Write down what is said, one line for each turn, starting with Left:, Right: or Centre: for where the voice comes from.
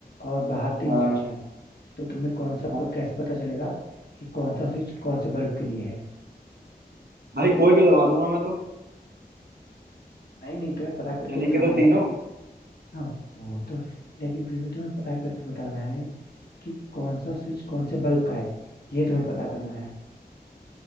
Left: और बाहर तीन
Right: हाँ
Left: स्विच हैं तो तुम्हें कौन सा
Right: हाँ
Left: प- कैसे पता चलेगा कि कौन सा स्विच कौन से बल्ब के लिए है
Right: भाई कोई भी दबा दूंगा मैं तो
Left: नहीं नहीं तुम्हें पता करके
Right: जलेंगे
Left: बताना
Right: तो
Left: है
Right: तीनों
Left: हाँ वो तो लेकिन फिर भी तुम्हें पता करके बताना है कि कौन सा स्विच कौन से बल्ब का है ये तुम्हें पता करना है